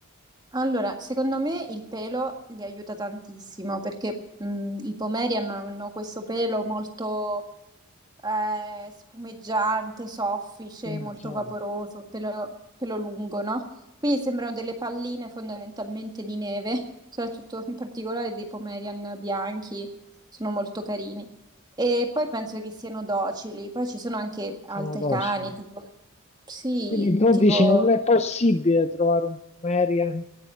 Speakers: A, on the right; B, on the left.
A: allora, secondo me il pelo li aiuta tantissimo perché mh, i pomeri hanno, hanno questo pelo molto eh, spumeggiante, soffice,
B: come
A: molto
B: Gian.
A: vaporoso, pelo, pelo lungo, no? Quindi sembrano delle palline fondamentalmente di neve, soprattutto in particolare dei pomerian bianchi, sono molto carini. E poi penso che siano docili, poi ci sono anche altri
B: Sono docili.
A: cani, tipo, sì,
B: Quindi tu
A: tipo,
B: dici non è possibile trovare un Pomerian